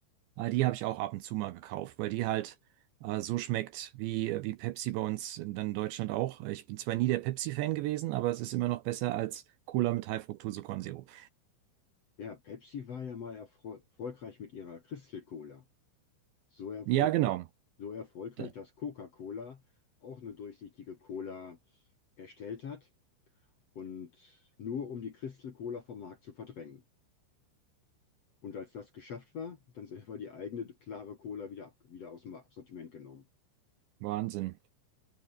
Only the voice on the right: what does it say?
Äh, die habe ich auch ab und zu mal gekauft, weil die halt äh, so schmeckt wie, wie Pepsi bei uns in, dann in Deutschland auch. Ich bin zwar nie der Pepsi-Fan gewesen, aber es ist immer noch besser als Cola mit High-Fructose-Kornsirup.
Ja, genau.
Da,
Wahnsinn.